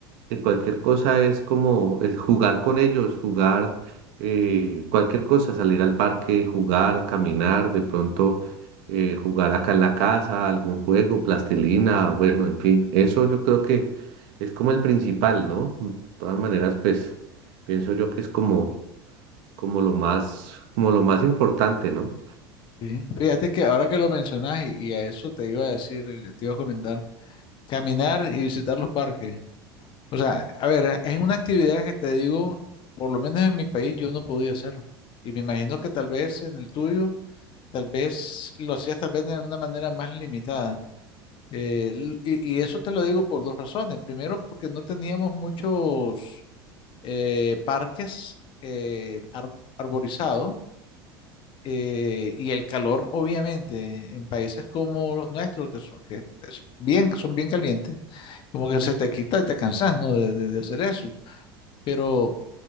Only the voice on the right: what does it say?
de cualquier cosa es como es jugar con ellos, jugar eh, cualquier cosa, salir al parque, jugar, caminar, de pronto eh, jugar acá en la casa, algún juego, plastilina, bueno, en fin, eso yo creo que es como el principal, ¿no? De todas maneras, pues pienso yo que es como, como lo más, como lo más importante, ¿no?